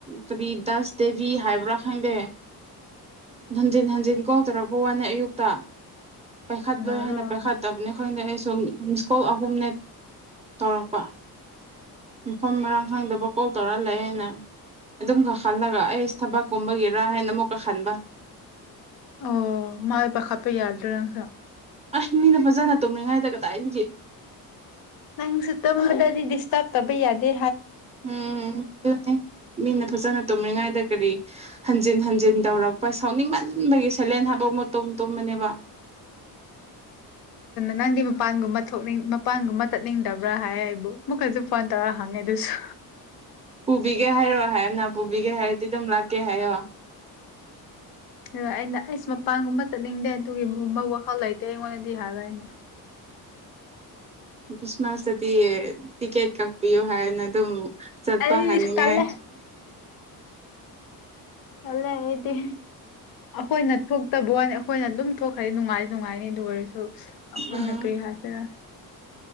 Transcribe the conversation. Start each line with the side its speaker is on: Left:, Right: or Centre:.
Right: ꯀꯔꯤ ꯗꯥꯁ ꯗꯦꯕꯤ ꯍꯥꯏꯕ꯭ꯔꯥ ꯈꯪꯗꯦ ꯍꯟꯖꯤꯟ -ꯍꯟꯖꯤꯟ ꯀꯣꯜ ꯇꯧꯔꯛꯄꯋꯥꯅꯦ ꯑꯌꯨꯛꯇ ꯄꯥꯏꯈꯠꯂꯣꯏ
Left: ꯀꯅꯥꯔꯣ
Right: ꯍꯥꯏꯅ ꯄꯥꯏꯈꯠꯇꯕꯅꯤ ꯈꯪꯗꯦ ꯑꯩꯁꯨ ꯃꯤ ꯃꯤꯁꯀꯣꯜ ꯑꯍꯨꯝꯅꯦ ꯇꯧꯔꯛ ꯄꯥ ꯃꯐꯝ-ꯃꯔꯥꯡ ꯈꯪꯗꯕ ꯀꯣꯜ ꯇꯧꯔ ꯂꯩꯌꯦꯑꯅ ꯑꯗꯨꯝꯒ ꯈꯜꯂꯒ ꯑꯩꯁꯨ ꯊꯕꯛꯀꯨꯝꯕꯒꯤꯔꯥ ꯍꯥꯏꯅ ꯑꯃꯨꯛꯀꯈꯟꯕ
Left: ꯑꯣ ꯃꯥꯏ ꯄꯈꯥꯠꯄ ꯌꯥꯗ꯭ꯔꯥ ꯅꯪꯁꯨ
Right: ꯑꯩ ꯃꯤꯅ ꯐꯖꯅ ꯇꯨꯝꯃꯤꯉꯥꯏꯗ ꯀꯗꯥꯏꯗꯒꯤ
Left: ꯅꯪꯖꯨ ꯇꯨꯝꯕꯗꯗꯤ ꯗꯤꯁꯇꯞ ꯇꯧꯕꯌꯥꯗꯦ
Right: ꯎꯪꯍꯦꯑꯗꯨꯅꯤ ꯃꯤꯅ ꯐꯖꯅ ꯇꯨꯝꯔꯤꯉꯥꯏꯗ ꯀꯔꯤ ꯍꯟꯖꯤꯟ -ꯍꯟꯖꯤꯟ ꯇꯧꯔꯛꯄ ꯁꯥꯎꯅꯤꯡꯃꯟꯕꯒꯤ ꯁꯥꯢꯂꯦꯟ ꯍꯥꯐꯥꯎ ꯃꯇꯨꯡ ꯇꯨꯝ ꯇꯨꯝꯕꯅꯦꯕ INAUDIBLE
Left: ꯅꯪꯗꯤ ꯃꯄꯥꯟꯒꯨꯝꯕ ꯊꯣꯛꯅꯤꯡ ꯃꯄꯥꯟꯒꯨꯝꯕ ꯆꯠꯅꯤꯡꯗꯕ꯭ꯔꯥ ꯍꯥꯏ ꯑꯩꯕꯨ ꯑꯃꯨꯛꯀꯩꯖꯨ ꯐꯣꯟꯇꯧꯔ ꯍꯪꯉꯦ ꯑꯗꯨꯁꯨ
Right: ꯎꯝꯄꯨꯕꯤꯒꯦ ꯍꯥꯏꯔꯣ ꯍꯥꯏꯅ ꯄꯨꯕꯤꯒꯦ -ꯍꯥꯏꯔꯗꯤ ꯑꯗꯨꯝ ꯂꯥꯛꯀꯦ ꯍꯥꯏꯌꯣ
Left: ꯑꯗꯨꯒ ꯑꯩꯅ ꯑꯩꯁ ꯃꯄꯥꯟꯒꯨꯝꯕ ꯆꯠꯅꯤꯡꯗꯦ ꯑꯗꯨꯒꯤꯒꯨꯝꯕ ꯋꯥꯈꯜꯂꯩꯇꯦ ꯑꯩꯉꯣꯟꯗꯗꯤ ꯍꯥꯏꯕꯑꯩꯅ
Right: ꯈ꯭ꯔꯤꯁꯃꯥꯁꯇꯗꯤ ꯇꯤꯀꯦꯠ ꯀꯛꯄꯤꯌꯨ ꯍꯥꯏꯌꯦꯅ ꯑꯗꯨꯝ ꯆꯠꯄ
Left: ꯑꯩꯁ
Right: ꯍꯥꯟꯅꯤꯡꯉꯥꯏ
Left: ꯇꯜꯂꯦ UNINTELLIGIBLE ꯑꯩꯈꯣꯏꯅ ꯊꯣꯛꯇꯕ ꯋꯥꯅꯤ-ꯑꯩꯈꯣꯏꯅ ꯑꯗꯨꯝ ꯊꯣꯛꯈ꯭ꯔꯗꯤ ꯅꯨꯡꯉꯥꯏꯗꯤ ꯅꯨꯡꯉꯥꯏꯅꯤ ꯑꯗꯨ ꯑꯣꯏꯔꯁꯨ ꯑꯩꯈꯣꯏꯅ
Right: ꯎꯝ
Left: ꯀꯔꯤꯍꯥꯏꯁꯦꯔꯥ